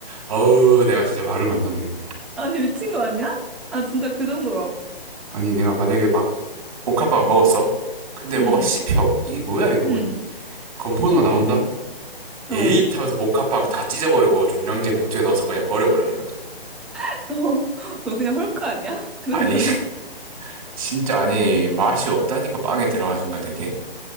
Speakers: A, on the right; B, in the centre.
A: 어우, 내가 진짜 말을 만다네.
B: 아니, 미친 거 아니야? 아, 진짜 그 정도라고.
A: 아니, 내가 만약에 막, 복합밥 먹었어? 근데
B: 응,
A: 뭐가 씹혀. 이 뭐야 이거
B: 응,
A: 뭐 건포도가 나온다? 에잇
B: 어.
A: 하면서 목합빵 다 찢어버리고 종량제 봉투에 넣어서 그냥 버려버려 그냥.
B: <laughs> 너, 너 그냥 헐크 아니야? 그
A: 아니
B: 정도면.
A: <laughs> 진짜 아니 맛이 없다니까 빵에 들어간 순간 그게.